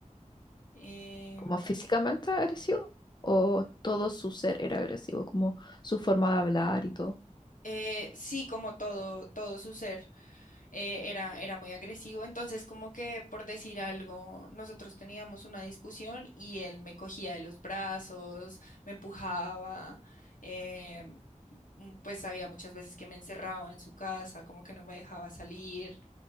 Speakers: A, on the left (about 85°); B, on the left (about 35°).
A: Em,
B: ¿Como físicamente agresivo? ¿O todo su ser era agresivo? Como su forma de hablar y todo.
A: eh, sí, como todo, todo su ser. eh, era, era muy agresivo, entonces como que por decir algo, nosotros teníamos una discusión y él me cogía de los brazos, me empujaba, eh, mm, pues había muchas veces que me encerraba en su casa, como que no me dejaba salir.